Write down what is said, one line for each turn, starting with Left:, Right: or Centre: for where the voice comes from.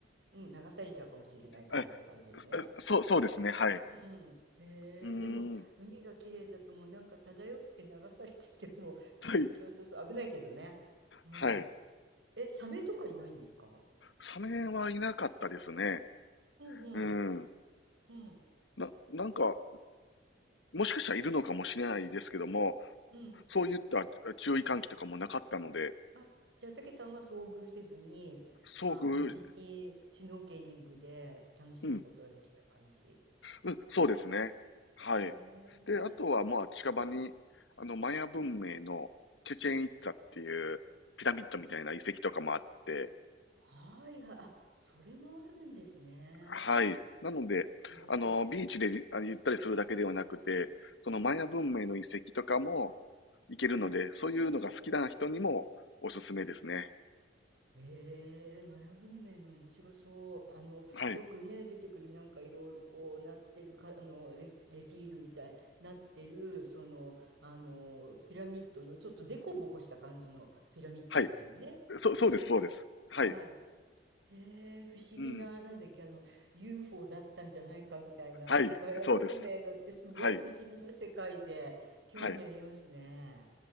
Right: うん、流されちゃうかもしれないからって感じですね。
Left: え、そ、そうそうですね、はい。
Right: うん。へえ、
Left: うーん。
Right: でも海が綺麗だともうなんか漂って流されててもう <laughs>
Left: はい、
Right: 気持ちよさそう。危ないけどね。うん。
Left: はい。
Right: え、サメとかいないんですか
Left: サメはいなかったですね。
Right: うんうん。
Left: うん。
Right: うん。
Left: な、なんか、もしかしたらいるのかもしれないですけども、
Right: うん。
Left: そういった注意喚起とかもなかったので、
Right: あ、じゃあ、たけさんは遭遇せずに、
Left: 遭遇、
Right: あ無事にシュノーケリングで楽しむことができた感じ。
Left: うん、うん、そうですね。はい。
Right: へ
Left: で、あとは、
Right: え、
Left: まあ、近場に、あの、マヤ文明のチェチェンイッツァっていうピラミッドみたいな遺跡とかもあって、
Right: はいはい、あ、それもあるんですね。
Left: はい。なので、
Right: へえ、
Left: あの、ビーチでりあゆったりするだけではなくて、そのマヤ文明の遺跡とかも
Right: うん。
Left: 行けるので、そういうのが好きな人にもおすすめですね。
Right: へえ、マヤ文明の面白そう。あの、
Left: はい。
Right: よくね、出てくるなんかいろいろこうなってるか、あの、レ、レフィールみたいになってる、その、あの、ピラミッドのちょっとデコボコした感じのピラミッドですよね。
Left: はい。そう、
Right: ね、
Left: そうです、
Right: メキシコ。
Left: そうです。はい。
Right: はい。へえ、不思議な、
Left: うん。
Right: なんだっけ、あの、UFO だったんじゃないかみたいな、
Left: はい、
Right: マヤ文明のってすごい不思議な世界で、
Left: そうです。はい。
Right: 興味ありますね。
Left: はい。